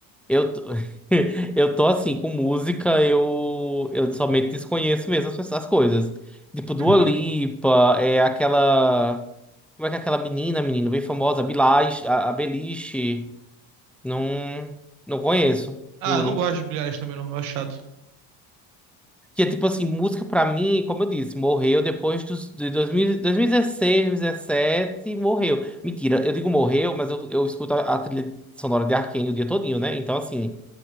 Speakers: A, in the centre; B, on the right.
A: Eu, tô- <laughs> eu tô assim, com música, eu, eu somente desconheço mesmo as, pessoas- as coisas. Tipo, Dua
B: <laughs>
A: Lipa, é aquela. Como é que é aquela menina, menina, bem famosa, Billie Eilish- a, a Beliche. Não, não conheço,
B: Ah,
A: juro.
B: eu não gosto de bilhares também, não. Eu Acho chato.
A: Que é tipo assim, música pra mim, como eu disse, morreu depois dos, de dois dois dois mil mil e dezesseis, dois mil e dezessete morreu. Mentira, eu digo morreu, mas eu, eu escuto a, a trilha sonora de Arcane o dia todinho, né? Então assim,